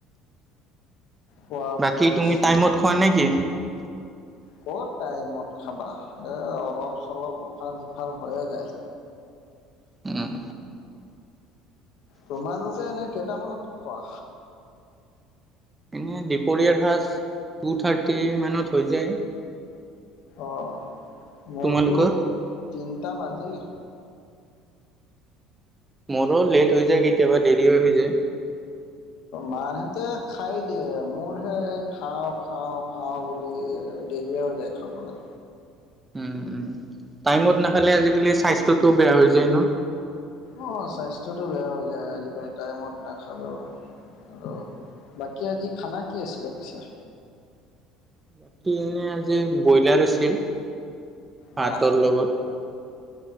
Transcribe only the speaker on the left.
খোৱা
বোৱাত
ক'ত টাইমত খাবা এ, অলপ চলপ ইফাল সিফাল হৈয়ে যায়।
তোমালোকে এনেই কেইটামানত খোৱা?
অ', মোৰতো
তিনিটা বাজেই।
মাহেঁতে খাই দিয়ে মোৰ হে খাওঁ খাও খাওঁ বুলি দেৰিয় হৈ যায় খাবলৈ।
অ', স্বাস্থ্যটো বেয়া হৈ যায় আজিকালি টাইমত নাখালেও। আৰু বাকী আজি খানা কি আছিলে পিছে?
বাহ